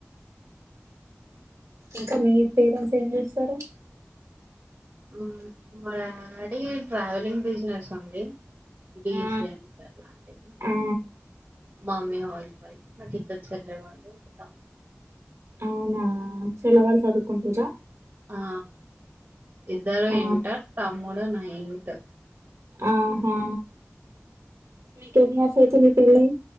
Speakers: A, on the right; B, on the right.
A: ఇంకా మీ పేరెంన్స్ ఏం జెస్తారా
B: ఉ మా డాడీ ట్రావెలింగ్ బిజినెస్సుంది డీఎస్సీ
A: ఆ
B: ఆఫిసర్ల అండి
A: ఆ
B: <unintelligible> క్వాలిఫై నాకిద్దర్ చల్లె వాళ్ళు ఒక తమ్ము
A: అవునా చెల్లె వాళ్ళ్ చదుకుంటుర్రా
B: ఆ ఇద్దరు
A: ఆ,
B: ఇంటర్ తమ్ముడు నైన్తు
A: ఆహా మీకెన్నియర్స్ అయితుంది పెళ్ళై వ